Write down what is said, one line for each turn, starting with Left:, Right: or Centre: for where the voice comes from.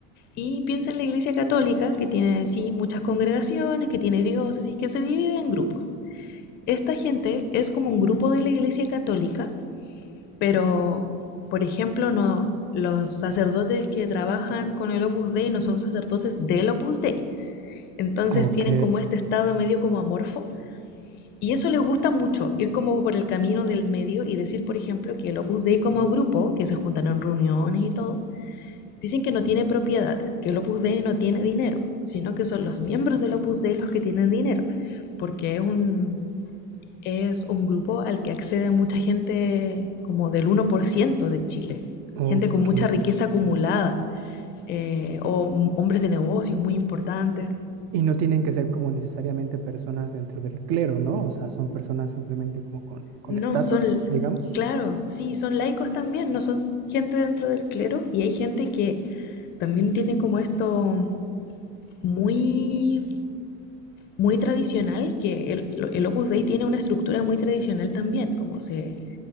Left: Y piensa en la Iglesia Católica, que tiene sí muchas congregaciones, que tiene diócesis, que se divide en grupos. Esta gente es como un grupo de la Iglesia Católica, pero, por ejemplo, no, los sacerdotes que trabajan con el Opus Dei no son sacerdotes del Opus Dei. Entonces
Right: Ok,
Left: tienen como este estado medio como amorfo y eso les gusta mucho, ir como por el camino del medio y decir, por ejemplo, que el Opus Dei como grupo, que se juntan en reuniones y todo, dicen que no tiene propiedades, que el Opus Dei no tiene dinero, sino que son los miembros del Opus Dei los que tienen dinero, porque es un, es un grupo al que accede mucha gente como del uno por ciento de Chile,
Right: ok.
Left: gente con mucha riqueza acumulada, eh, o hombres de negocios muy importantes.
Right: Y no tienen que ser como necesariamente personas dentro del clero, ¿no? O sea, son personas simplemente como con con
Left: No,
Right: estatus,
Left: son,
Right: digamos,
Left: claro, sí, son laicos también, no son gente dentro del clero y hay gente que también tiene como esto muy, muy tradicional, que el, el Opus Dei tiene una estructura muy tradicional también, como se,